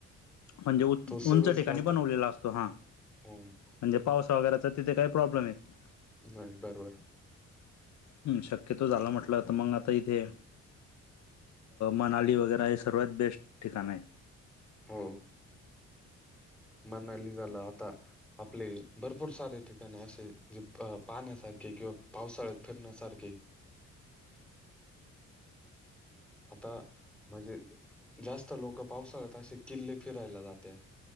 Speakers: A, on the left (about 65°); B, in the centre.
A: म्हणजे उंच
B: तो सुरूच
A: ठिकाणी
B: राहतो.
A: बनवलेला असतो हां
B: हम्म
A: म्हणजे पाऊस वगैरच तिथे काही प्रॉब्लेम येत नाही.
B: नाही बरोबर
A: हम् शक्यतो झाला म्हटलंता मग आता इथे मनाली वगैरे हे सर्वात बेस्ट ठिकाण आहे.
B: हो मणाली झाला आता. आपले भरपूर सारे ठिकाणे असे जे पाण्यासारखे किंवा पावसाळ्यात. फिरण्यासारखे आता म्हणजे जास्त लोक पावसाळ्यात असे किल्ले फिरायला जातात.